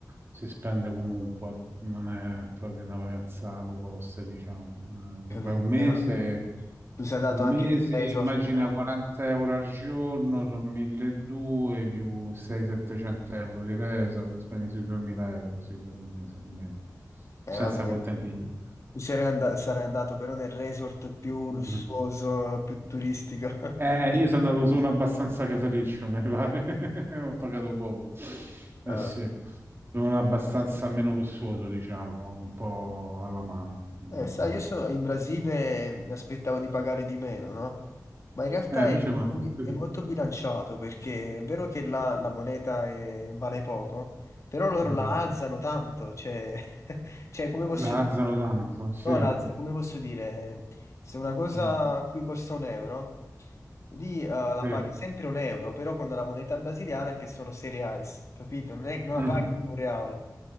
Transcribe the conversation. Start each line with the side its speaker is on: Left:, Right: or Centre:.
Right: si spende comunque. Non è proprio una vacanza low cost, diciamo. Eh,
Left: capito.
Right: se vai un mese,
Left: E vabbè, tu sei andato
Right: un mese,
Left: anche nel resort.
Right: immagina 40 euro al giorno, sono 1200 più 600-700 euro di reso, spendi sui 2000 euro, sì, per un mese almeno,
Left: Eh,
Right: senza
Left: vabbè,
Right: contare il biglietto.
Left: mi sarei andato, sarei andato però nel resort più
Right: <laughs>
Left: lussuoso, più turistico. <laughs>
Right: Eh, io sono andato su uno abbastanza casareccio, mi pare. <laughs> Ho pagato poco. Eh
Left: Ah,
Right: sì, su uno abbastanza meno lussuoso, diciamo, un po' alla mano.
Left: Eh,
Right: Alla
Left: sai,
Right: mano,
Left: io so-
Right: sì.
Left: in Brasile mi aspettavo di pagare di meno, no? Ma in realtà
Right: Eh, invece
Left: è,
Right: quanto ho speso?
Left: è molto
Right: io?
Left: bilanciato perché è vero che là la moneta è- vale poco, però loro
Right: Mhm.
Left: la alzano tanto, cioè, <laughs> cioè come posso
Right: La
Left: dire?
Right: alzano tanto, sì.
Left: No, la alza- come posso dire? Se una cosa
Right: Mm,
Left: qui costa un euro, lì eh, la
Right: sì.
Left: paghi sempre un euro, però con la moneta brasiliana che sono 6 reais, capito? Non, è- non
Right: Mhm.
Left: la paghi un real.